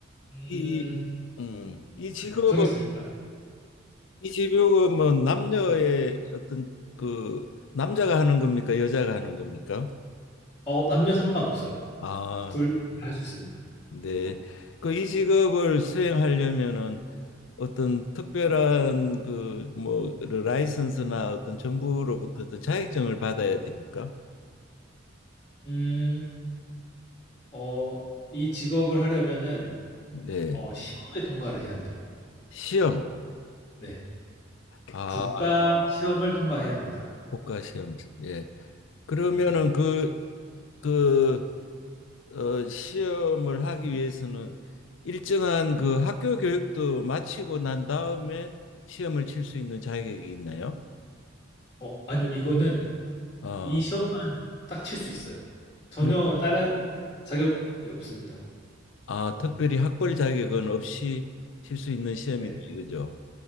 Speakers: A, on the left (about 25°); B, on the left (about 70°).
A: 음,
B: 이, 음, 이 직업은
A: 네, 정했습니다.
B: 이 직업은 뭐 남녀의 어떤 그 남자가 하는 겁니까? 여자가 하는 겁니까?
A: 어, 남녀 상관없어요.
B: 아,
A: 둘 다 할 수 있습니다.
B: 네. 그 이 직업을 수행하려면은 어떤 특별한 그 뭐 라이선스나 어떤 정부로부터 어떤 자격증을 받아야 됩니까?
A: 음, 어, 이 직업을 하려면은
B: 네.
A: 어, 시험에 통과를 해야 돼요.
B: 시험.
A: 네,
B: 아,
A: 국가 시험을 통과해야 합니다.
B: 국가 시험. 예. 그러면은
A: 네,
B: 그 그 어, 시험을 하기 위해서는 일정한 그 학교 교육도 마치고 난 다음에 시험을 칠 수 있는 자격이 있나요?
A: 어, 아니요, 이거는
B: 어,
A: 이 시험만 딱 칠 수 있어요. 전혀
B: 누구,
A: 다른 자격이 없습니다.
B: 아, 특별히 학벌 자격은 없이 칠 수 있는 시험이다
A: 네.
B: 이거죠.